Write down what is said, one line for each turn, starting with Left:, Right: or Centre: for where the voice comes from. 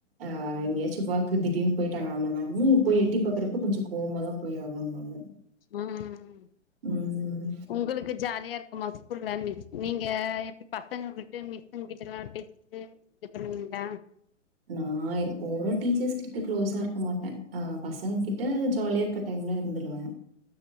Right: ஆ எங்காய்ச்சு ஒர்க் திடீர்னு போயிட்டாங்க அந்த மேம் போய் எட்டிப்பாக்குறப்ப கொஞ்சொ கோவமா தா போய் ஆகனும் நாம
Left: ம்
Right: ம்.
Left: உங்களுக்கு ஜாலியா இரு க்குமா ஸ்கூல் வேல்யூ நீங்க எப்டி பசங்க விட்டு மிஸ்ஸூங்கிட் டலா பேசிக்கிட்டு இது பண்ணுவீங்கலா
Right: நா ஒரு டீச்சர்ஸ் கிட்ட க்ளோஸா இருக்க மாட்டே ஆ பசங்க கிட்ட ஜாலியா இருக்கட் டைம்லா இருந்துடுவே